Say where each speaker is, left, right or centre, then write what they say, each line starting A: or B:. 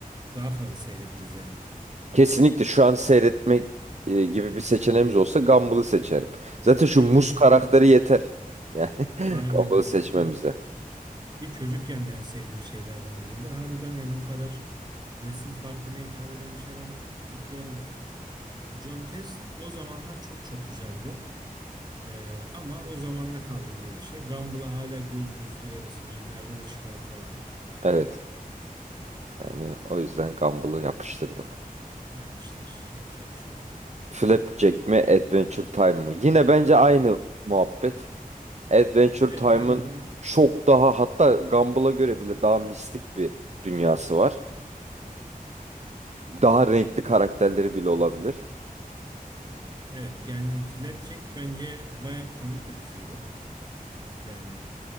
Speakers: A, on the right (about 30°); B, on the right (about 50°).
A: daha fazla seyrederiz yani.
B: Kesinlikle şu an seyretme e, gibi bir seçeneğimiz
A: Evet.
B: olsa Gumball'ı seçerim. Zaten şu
A: Ki
B: muz
A: çocukken
B: karakteri
A: de
B: yeter. Yani <laughs>
A: Aynen
B: Gumball'ı
A: öyle.
B: seçmemize.
A: ki çocukken de en sevdiğim şeylerden biriydi. Harbiden yani bu kadar nesil farkına hitap eden bir şey ben pek görmedim. John Test o zamanlar çok çok güzeldi. E, ama o zamanda kaldı gibi bir şey. Gumball'ı hala görürüz, duyarız. Mimlerde de çıkar falan.
B: Evet. Yani o yüzden Gumball'ı yapıştırdım.
A: Yapıştır. Yapacak bir şey yok.
B: Flapjack mi Adventure Time mı? Yine bence aynı muhabbet. Adventure
A: Evet
B: Time'ın
A: harbiden
B: çok daha hatta Gumball'a göre bile daha mistik bir dünyası var. Daha renkli karakterleri bile olabilir.
A: Evet yani Flapjack bence baya komik bir diziydi. Yani